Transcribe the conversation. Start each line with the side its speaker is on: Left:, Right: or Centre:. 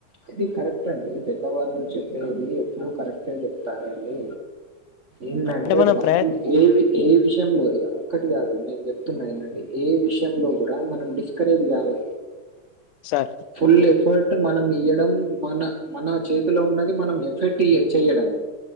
Right: ఆది కరెక్ట్ అండి పెద్దవాళ్ళు చెప్పేది ఎప్పుడు కరెక్ట్ అ చెప్ప చెస్తారండి ఏందాంటే
Left: అంటే
Right: మనం
Left: ప్రయత్
Right: ఏ ఏ విషయంలో ఒకటి కాదు నేను చెప్తున్నా ఇనండి ఏ విషయంలో కూడా మనం డిస్ ఇక్కరేజ్ కాదు
Left: సార్
Right: ఫుల్ ఎఫర్ట్ మనం ఇయ్వడం మన మన చేతిలో ఉన్నది మనం ఎఫెర్ట్ చేయడమే